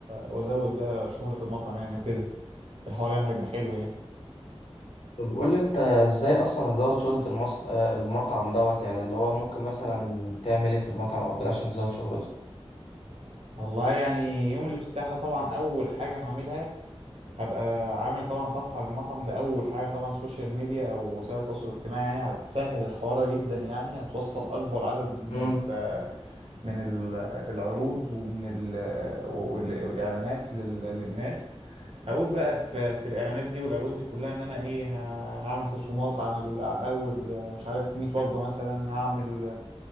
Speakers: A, on the right; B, on the left.
A: وازود بقى شهرة المطعم يعني وكده الحوار يعني هيبقى حلو يعني
B: طب قول لي انت ازاي اصلا هتزود شهرة المصن... آه، المطعم دوت يعني اللي هو ممكن مثلا تعمل ايه في المطعم او كده عشان تزود شهرته
A: والله يعني يوم الافتتاح ده طبعا اول حاجه هعملها هبقى عامل طبعا صفحه للمطعم ده اول حاجه طبعا سوشيال ميديا او وسائل التواصل الاجتماعي يعني هتسهل الحوار ده جدا يعني هتوصل اكبر عدد من
B: امم
A: ال من ال- العروض ومن ال وال- والاعلانات لل- للناس هقول بقى في في الاعلانات دي والعروض دي كلها ان انا ايه ه- هعمل خصومات عن ال- عن اول آه، مش عارف 100 وجبه مثلا هعمل